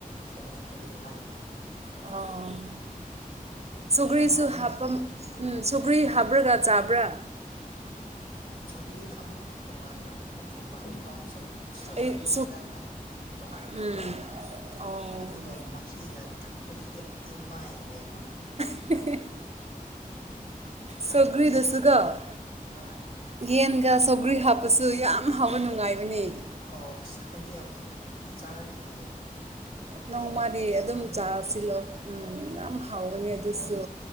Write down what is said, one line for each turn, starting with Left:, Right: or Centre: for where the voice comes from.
Left: ꯐꯣꯡꯉꯦ ꯑꯩꯈꯣꯏꯗꯤ ꯑꯗꯨꯃꯥꯏꯅ
Right: ꯑ ꯁꯨꯒꯔꯤꯁꯨ
Left: ꯌꯥꯝ ꯍꯥꯎꯕꯅꯦ
Right: ꯍꯥꯞꯄ ꯎꯝ ꯁꯨꯒ꯭ꯔꯤ ꯍꯥꯕ꯭ꯔꯥꯒ ꯆꯥꯕ꯭ꯔꯥ
Left: ꯁꯧꯔꯤꯅ ꯑꯃꯨꯛ ꯇꯣꯉꯥꯟꯅ ꯑꯃꯨꯛ ꯊꯣꯡꯕ ꯀꯣ ꯁꯧꯔꯤ ꯁꯧ
Right: ꯑꯩ
Left: ꯁꯧꯒ꯭ꯔꯤ ꯍꯟꯖꯥꯡꯅ ꯑꯃꯨꯛ ꯇꯣꯉꯥꯟꯅ
Right: ꯎꯝ
Left: ꯇꯧꯕ
Right: ꯑꯣ
Left: ꯑꯗꯨꯒ ꯍꯤꯒ ꯊꯛꯄꯁꯤꯗꯤ ꯏꯃꯥꯏ ꯏꯕ ꯑꯃ
Right: ꯍ
Left: ꯍꯥꯎꯋꯤ
Right: ꯁꯒꯂꯤ ꯗꯁꯒ
Left: ꯍꯣꯏ
Right: ꯌꯦꯟꯒ ꯆꯧꯒ꯭ꯔꯤ ꯍꯥꯞꯄꯁꯨ ꯌꯥꯝ ꯍꯥꯎꯕ ꯅꯨꯡꯉꯥꯏꯕꯅꯤ
Left: ꯑꯣ ꯑꯁ ꯑꯩꯈꯣꯏꯗꯤ ꯑꯝꯇ ꯆꯥꯔꯛꯇ꯭ꯔꯤꯌꯦ
Right: ꯅꯣꯡꯃꯗꯤ
Left: ꯍꯌꯦꯡ
Right: ꯑꯗꯨꯝ
Left: ꯎꯝ
Right: ꯆꯥꯁꯤꯜꯂꯣ ꯎꯝ ꯌꯥꯝ ꯍꯥꯎꯋꯅꯦ ꯑꯗꯨꯁꯨ